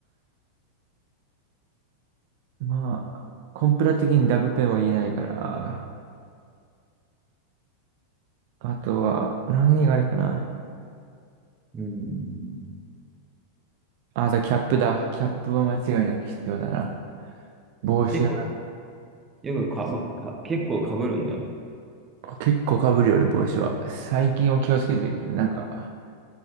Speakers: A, on the right (about 50°); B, on the right (about 20°).
A: まあ、コンプラ的にダブペンは言えないから。あとは、何があれかな。
B: うん。うん
A: あ、あとキャップだ。キャップは間違いなく必要だな。帽子だな。
B: 結構、よくかぶ、か、結構かぶるんだ。
A: 結構被るよ、俺、帽子は。最近は気をつけてるけどね。なんか、